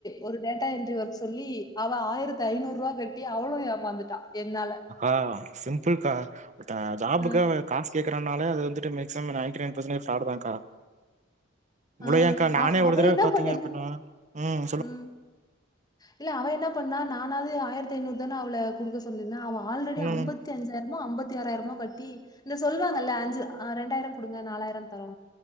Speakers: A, on the left; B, on the right.
A: ஒரு டேட்டா என்ட்ரி ஒர்க் சொல்லி அவ ஆயிரத்து ஐநூரூபா கட்டி அவளு ஏமாந்துட்டா என்னால
B: ஆஹ் சிம்புள் கா அ ஜாபுக்கவ
A: அ
B: காஸ் கேட் க்கரனால அது வந்துட்டு மேக்சிமம் நைன்டிநைன் ஃபர்சன்ட்டேஜ் ஃப்ராடு தான்கா உளையா்கா
A: ஆ
B: நானே
A: அவ
B: ஒரு
A: அவ
B: தடவ
A: என்ன
B: பாத்தீங்க
A: பண்ணிருக்
B: அப்பின்னா உம்
A: ம் இல்ல அவ என்ன பண்ணா நானாவது ஆயிரத்தி ஐநூறு தான அவள குடுக்க சொல்லிந்த அவ ஆல்ரெடி
B: ம்
A: அம்பத்தி அஞ்சாயிரமோ அம்பத்தி ஆறாயிரமோ கட்டி இந்த சொல்வாங்கள்ள அஞ்சு ஆஹ் ரெண்டாயிர குடுங்க நாலாயிர தரோ